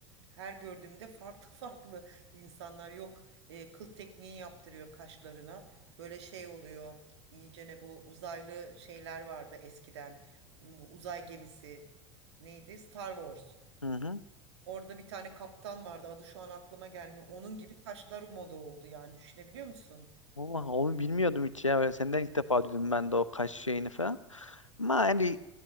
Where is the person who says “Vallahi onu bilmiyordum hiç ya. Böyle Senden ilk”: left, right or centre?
Left